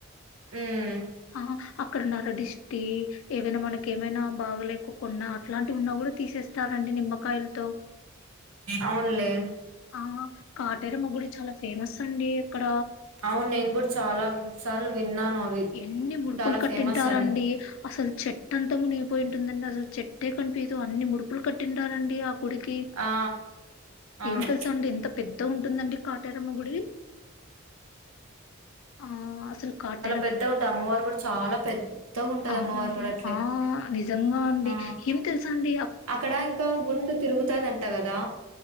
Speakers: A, on the right; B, on the left.
A: ఉమ్
B: ఆ అక్కడ నరడిష్టి ఏవైనా మనకేమైనా బాగ లేకో కున్న అట్లాంటివి ఉన్నా కూడా తీసేస్త స్తారండి నిమ్మకాయలతో
A: అవునులే
B: ఆ కాటేరమ్మ గుడి చాలా ఫేమస్ అండి అక్కడ
A: అవును నేను కూడా చాలా విసార్లు విన్నాను అవి
B: ఎన్ని ముడుపులు
A: చాలా
B: కట్టింటారండి
A: ఫేమస్ అని
B: అసలు చెట్ అంతా మునిగిపోయింటుందండి అసలు చెట్టే కనిపీదు అన్ని ముడుపులు కట్టింటారండి గుడికి
A: ఆ అవును
B: ఏం తెలుసా అంటే ఎంత పెద్ద ద్దగుంటుందండి కాటేరమ్మ గుడి ఆ అసలు కాట్
A: పెద్దగంటది అమ్మవారు కూడా చాలా పెద్దగంటది
B: అవునండి.
A: అమ్మవారు కూడా అట్లే
B: ఆ నిజంగా అండి
A: ఆ
B: ఏం తెలుస అండి
A: అక్కడ ఇంకా గుండు తిరుగుతుదంట కదా